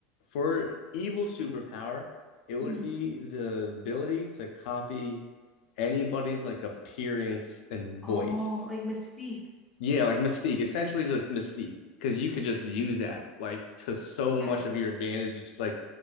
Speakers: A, on the left; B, in the centre.
A: for evil superpower, it would
B: hmm
A: be the ability to copy anybody's like appearance and
B: Oh,
A: voice.
B: like Mystique.
A: Yeah, like Mystique, essentially just Mystique, because you could just use that like to so
B: That's
A: much of your advantage. It's like